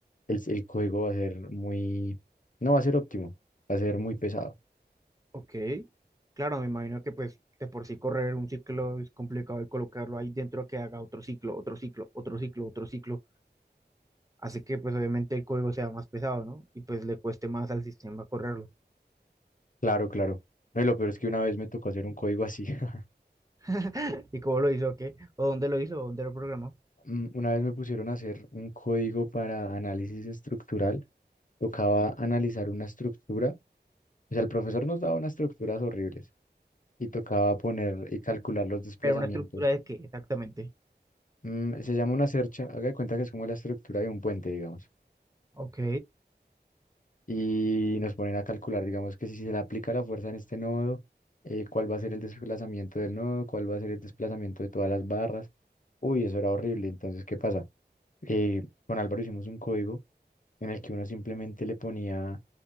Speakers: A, on the left; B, on the right.
A: el, el código va a ser muy, no va a ser óptimo, va a ser muy pesado.
B: Ok, claro, me imagino que pues de por sí correr un ciclo es complicado y colocarlo ahí dentro que haga otro ciclo, otro ciclo, otro ciclo, otro ciclo, hace que pues obviamente el código sea más pesado, ¿no? Y pues le cueste más al sistema correrlo.
A: Claro, claro. No, y lo peor es que una vez me tocó hacer un código así. <laughs>
B: <laughs> ¿Y cómo lo hizo? ¿Qué? ¿O dónde lo hizo? ¿O dónde lo programó?
A: Mm, Una vez me pusieron a hacer un código para análisis estructural tocaba analizar una estructura, o sea, el profesor nos daba unas estructuras horribles y tocaba poner y calcular los desplazamientos.
B: ¿Pero una estructura de qué exactamente?
A: Mm, se llama una cercha, haga de cuenta que es como la estructura de un puente, digamos,
B: Ok,
A: y nos ponen a calcular, digamos, que si se le aplica la fuerza en este nodo, eh, cuál va a ser el desplazamiento del nodo, cuál va a ser el desplazamiento de todas las barras. Uy, eso era horrible. Entonces, ¿qué pasa? Eh, con Álvaro hicimos un código en el que uno simplemente le ponía